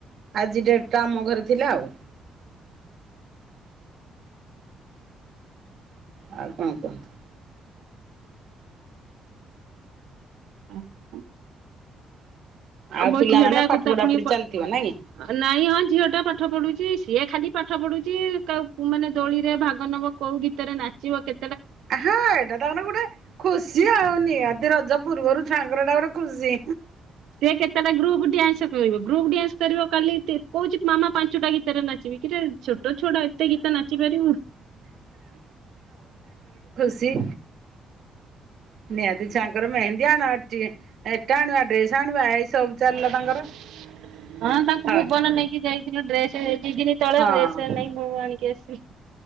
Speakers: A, on the right; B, on the right.
A: ଆଜି ଡେଟ୍ ଟା ଆମ ଘରେ ଥିଲା ଆଉ। ଆଉ କଣ କୁହନ୍ତୁ।
B: <inaudible>
A: ଆଉ
B: ଆମ
A: ପିଲାମାନେ
B: ଝିଅଟାକୁ
A: ପାଠ
B: ତ
A: ପଢାପଢି
B: ପୁଣି ପା
A: ଚାଲିଥିବ ନାଇଁ କି?
B: ନାଇଁ ହଁ ଝିଅଟା ପାଠ ପଢୁଚି, ସିଏ ଖାଲି ପାଠ ପଢୁଚି କା ମାନେ ଦୋଳିରେ ଭାଗ ନଵ କୋଉ ଗୀତରେ ନାଚିବ କେ
A: ହଁ ଏଇଟା ତ ଆମର ଗୋଟେ ଖୁସି ଆଉ ନି ରଜ ପୂର୍ବରୁ ଛୁଆଙ୍କର ଏଟା ଗୋଟେ ଖୁସି।
B: ସେ କେତେଟା ଗ୍ରୁପ୍ ଡ୍ୟାନ୍ସ କରିବ ଗ୍ରୁପ ଡ୍ୟାନ୍ସ କରିବ କାଲି କହୁଚି ମାମା ପାଞ୍ଚଟା ଗୀତରେ ନାଚିବି କିରେ ଛୋଟ ଛୁଆଟା ଏତେ ଗୀତ ନାଚି ପାରିବୁ।
A: ସେ <inaudible>
B: ହଁ
A: ତାଙ୍କର।
B: ତାଙ୍କୁ
A: ହଁ
B: ଭୁବନ ନେଇକି ଯାଇ ଡ୍ରେସେ ଦି ଦିନି ତଳେ
A: ହଁ
B: ଡ୍ରେସେ ନେଇ ବୋହୂ ଆଣିକି ଆସି